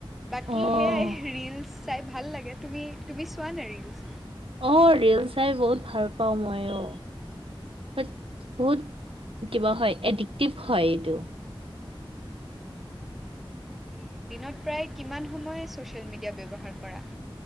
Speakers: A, in the centre; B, on the right (about 80°).
A: বাকী
B: অ',
A: সেয়াই ৰীলচ চাই ভাল লাগে তুমি তুমি চোৱা নে ৰিলচ?
B: অ ৰিল চাই বহুত ভাল পাওঁ মই অ। বাট বহুত কিবা হয় এডিক্টিভ হয় এইটো।
A: তাকে, দিনত প্ৰায় কিমান সময় চচিয়েল মিডিয়া ব্যয়ৱহাৰ কৰা?